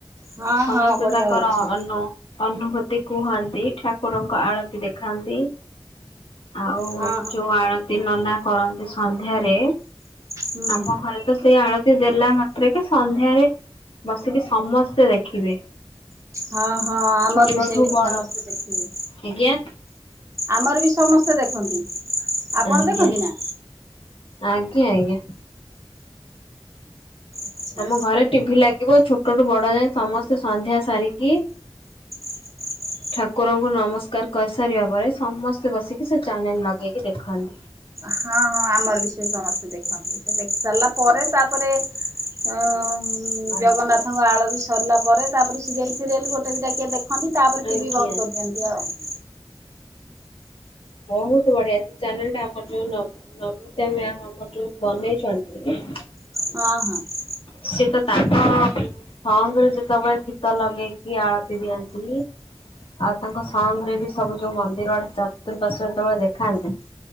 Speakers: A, on the right; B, on the left.
A: ହଁ
B: ସମସ୍ତେ
A: ହଁ ବଢିଆ
B: ତାଙ୍କର
A: ହଉଛି।
B: ଅନ୍ନ ଅନୁଭୂତି କୁହନ୍ତି ଠାକୁରଙ୍କ ଆଳତି ଦେଖାନ୍ତି। ଆଉ
A: ହଁ
B: ଯୋଉ ଆଳତି ନନା କରନ୍ତି ସନ୍ଧ୍ୟାରେ
A: ହୁଁ
B: ଆମ ଘରେ ତ ସେଇ ଆଳତି ଦେଲା ମାତ୍ରେ କେ ସନ୍ଧ୍ୟାରେ ବସିକି ସମସ୍ତେ ଦେଖିବେ।
A: ହଁ ହଁ ଆମର
B: ଛୋଟଠୁ
A: ବି ସେମିତି
B: ବଡ
A: ସମସ୍ତେ ଦେଖିବେ
B: ଆଜ୍ଞା
A: ଆମର ବି ସମସ୍ତେ ଦେଖନ୍ତି ଆପଣ
B: ଆଜ୍ଞା
A: ଦେଖନ୍ତି ନା?
B: ଆଜ୍ଞା ଆଜ୍ଞା।
A: ଆଛା
B: ତମ ଘରେ ଟିଭି ଲାଗି ବ ଛୋଟ ରୁ ବଡ଼ ଯାଏଁ ସମସ୍ତେ ସନ୍ଧ୍ୟା ସାରିକି
A: <unintelligible>
B: ଠାକୁରଙ୍କୁ ନମସ୍କାର କରିସାରିବା ପରେ ସମସ୍ତେ ବସିକି ସେ ଚ୍ୟାନେଲ ଲଗେଇକି ଦେଖନ୍ତି ।
A: ହଁ ହଁ ଆମର ବି ସେ ସମସ୍ତେ ଦେଖନ୍ତି, ସେ ଦେଖି ସାରିଲା ପରେ ତାପରେ ଅ ଆଉ
B: ଆଜ୍ଞା
A: ଜଗନ୍ନାଥଙ୍କ ଆଳତି ସରିଲା ପରେ ତାପରେ ସିରିଏଲ ଫିରିଏଲ୍ ଗୋଟେ ଦିଟା କିଏ ଦେଖନ୍ତି, ତାପରେ
B: ଆଜ୍ଞା।
A: ଟିଭି ବନ୍ଦ କରିଦିଅନ୍ତି ଆଉ ।
B: ବହୁତ ବଢ଼ିଆ ସେ ଚ୍ୟାନେଲ ଟା ଆମର ଯୋଉ ନମିତା ମ୍ୟାମ ଆମର ଯୋଉ ବନେଇଛନ୍ତି ।
A: ହଁ ହଁ ।
B: ସିଏ ତ ତାଙ୍କ ସଙ୍ଗ୍ ରେ ଯେତେବେଳେ ଘୀତ ଲଗେଇକି ଆଳତି ଦିଅନ୍ତି। ଆଉ ତାଙ୍କ ସଙ୍ଗ୍ ରେ ବି ସବୁ ଯୋଉ ମନ୍ଦିରର ଚତୁର୍ପାଶ୍ୱ ଯେତେବେଳେ ଦେଖାନ୍ତି ।